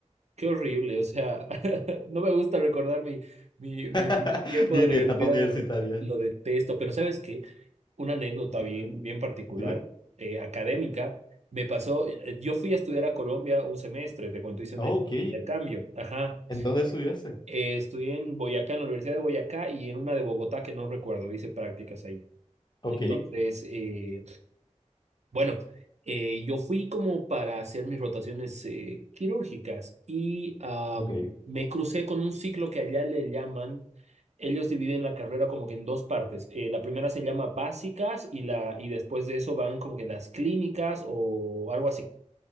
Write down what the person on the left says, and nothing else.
<laughs>
Mi,
mi etapa universitaria.
Ujú.
Dime.
Ah,
ok.
¿En dónde estudiaste?
Ok,
ok,